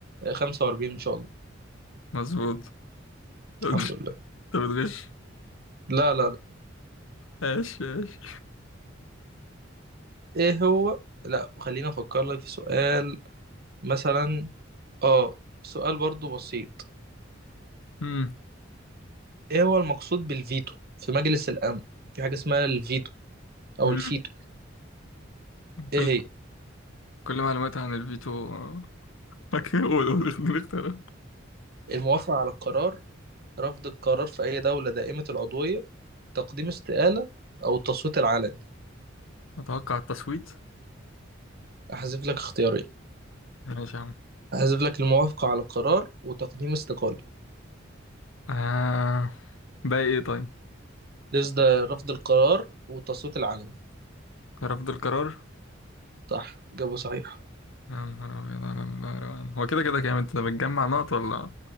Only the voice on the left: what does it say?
مظبوط <laughs> انت
بتغش
ايش ايش
مم.
مم.
كل
كل معلوماتي عن الفيتو فاكر قول قول خليني اختار
اتوقع التصويت
ماشي يا عم
آه. باقي ايه طيب
رفض القرار
يا نهار ابيض على الروقان هو كده كده كام انت بتجمع نقط ولا